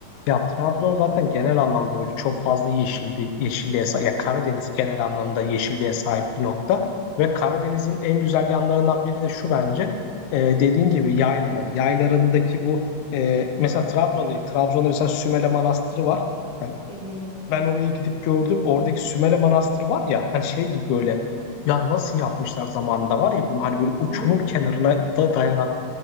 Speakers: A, on the left; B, on the right.
A: Ya Trabzon zaten genel anlamda böyle çok fazla yeşil bir yeşilliğe sahip. Ya Karadeniz genel anlamda yeşilliğe sahip bir nokta. Ve Karadeniz'in en güzel yanlarından biri de şu bence. Ee, dediğin gibi yaylaları. Yaylarındaki bu e, mesela Trabzon değil. Trabzon'da mesela Sümele Manastırı var. Ben,
B: Evet,
A: ben orayı gidip gördüm. Oradaki Sümele Manastırı var ya hani şey gibi böyle ya nasıl yapmışlar zamanında var ya bunu hani böyle uçurum
B: değil mi?
A: kenarına da dayanan